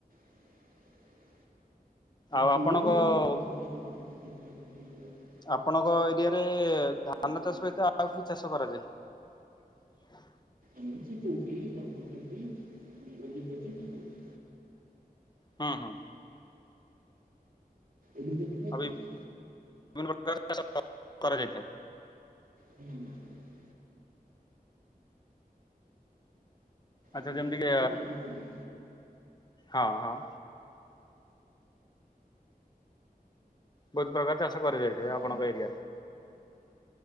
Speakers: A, on the right (about 65°); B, on the left (about 25°).
A: <inaudible>
B: ଆଉ
A: ଚୁଡ଼ି
B: ଆପଣଙ୍କ
A: ବି ଯ <unintelligible>
B: ଆପଣଙ୍କ ଏରିଆରେ ଧାନ
A: କଲେ
B: ଚାଷ ସହିତ ଆଉ କି ଚାଷ କରାଯାଏ? <inaudible>
A: ଆ ସେ କୋବି ବନ୍ଧାକୋବି ଉଲୁକୋବି ସେସବୁ।
B: ହଁ ହଁ।
A: ଏମ ତ ପିଠା ଖାଇଚନ୍ତି?
B: ଆଉ ବିଭିନ୍ନ ପ୍ରକାର ଚା କରାଯାଇଥାଏ।
A: ହଁ ଆଉ
B: ଆଚଛା
A: ଗୋଟେ
B: ଯେମିତିକ
A: ଆମର ଅଛି ଓଲିକୋବି
B: ହଁ ହଁ। ବହୁତ ପ୍ରକାର ଚାଷ କରି ଯାଇଥିବ
A: ଆଉ
B: ଆପଣଙ୍କ ଏରିଆରେ।